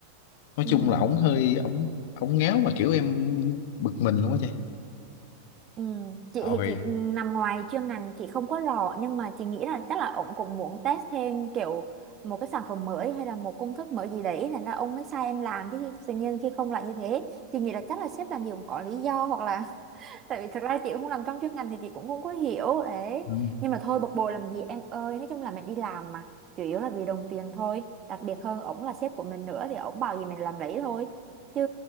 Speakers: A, on the left; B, on the right.
A: nói
B: Ừ.
A: chung là ổng hơi ổng ổng ngáo mà kiểu em bực mình luôn á chị
B: Ừ, chị
A: Ôi,
B: thì chị nằm ngoài chuyên ngành chị không có rõ nhưng mà chị nghĩ là chắc là ông cũng muốn test thêm kiểu một cái sản phẩm mới hay là một công thức mới gì đấy thành ra ông mới sai em làm chứ tự nhiên khi không lại như thế chị nghĩ là chắc là sếp làm gì cũng có lý do hoặc là tại vì thật ra chị không làm trong chuyên ngành thì chị cũng không có hiểu đấy
A: ừ,
B: nhưng mà thôi bực bội làm gì em ơi nói chung là mình đi làm mà chủ yếu là vì đồng tiền thôi đặc biệt hơn ổng là sếp của mình nữa thì ổng bảo gì mình làm đấy thôi chứ